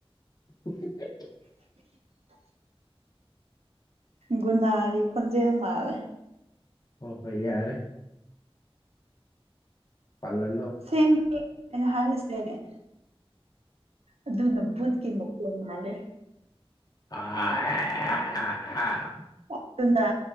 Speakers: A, on the left; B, on the right.
A: <inaudible>
B: <inaudible> ꯒꯨꯅꯥꯒꯤ ꯈꯣꯟꯖꯦꯜ ꯃꯥꯜꯂꯦ
A: ꯍꯣꯏ ꯍꯣꯏ ꯌꯥꯔꯦ ꯄꯂꯟ
B: ꯁꯦꯡꯕꯅꯩ ꯑꯩꯅ ꯍꯥꯏꯁꯦ ꯑꯗꯨꯅ ꯕꯨꯠꯀꯤ ꯃꯈꯨꯟ ꯃꯥꯜꯂꯦ
A: <unintelligible>
B: ꯑꯗꯨꯅ